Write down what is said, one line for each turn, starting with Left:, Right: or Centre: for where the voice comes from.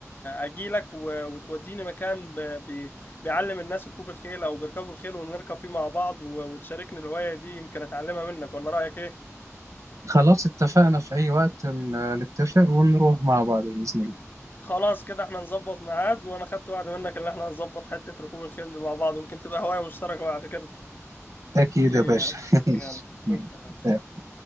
Left: اجي لك وتوديني مكان ب... ب... بيعلم الناس ركوب الخيل او بيركبوا الخيل ونركب فيه مع بعض و- وتشاركني الهوايه دي يمكن اتعلمها منك ولا رايك ايه
Right: خلاص اتفقنا في اي وقت ن- نتفق ونروح مع بعض بإذن الله
Left: خلاص كده احنا نظبط ميعاد وانا خدت وعد منك ان احنا هنظبط حته ركوب الخيل دي مع بعض ويمكن تبقى هوايه مشتركه بعد كده
Right: اكيد
Left: إيه
Right: يا باشا
Left: يعني
Right: <laughs>
Left: يلا
Right: ماشي.
Left: شكراً.